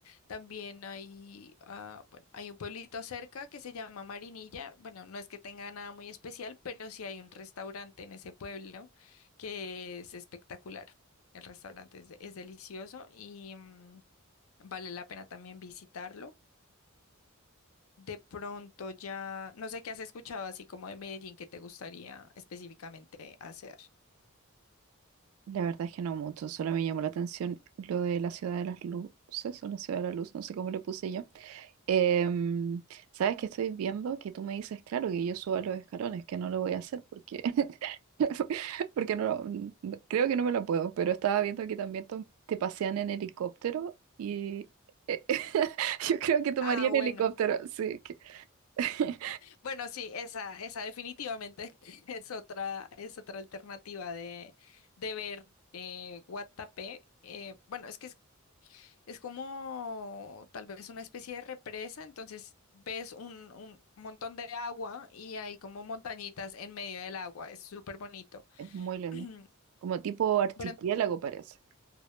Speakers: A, on the left; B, on the right.
A: También hay, ah, bueno, hay un pueblito cerca que se llama Marinilla. Bueno, no es que tenga nada muy especial, pero sí hay un restaurante en ese pueblo que es espectacular. El restaurante es, de- es delicioso y mm, vale la pena también visitarlo. De pronto ya, no sé qué has escuchado así como de Medellín que te gustaría específicamente hacer.
B: La verdad es que no mucho, solo me llamó la atención lo de la ciudad de las luces o la ciudad de la luz, no sé cómo le puse yo. Em, ¿sabes qué estoy viendo? Que tú me dices, claro, que yo suba los escalones, que no lo voy a hacer porque, <laughs> porque no, lo- n- creo que no me lo puedo, pero estaba viendo que también to- te pasean en helicóptero y eh, <laughs> yo creo que tomaría
A: Ah,
B: en
A: bueno.
B: helicóptero, sí, que- <laughs>
A: Bueno, sí, esa, esa definitivamente <laughs> es otra, es otra alternativa de, de ver eh, Guatapé. Eh, bueno, es que es, es como tal vez una especie de represa, entonces ves un, un montón de agua y hay como montañitas en medio del agua, es súper bonito.
B: es muy lindo,
A: <clears throat>
B: como tipo archipiélago
A: Pero
B: parece.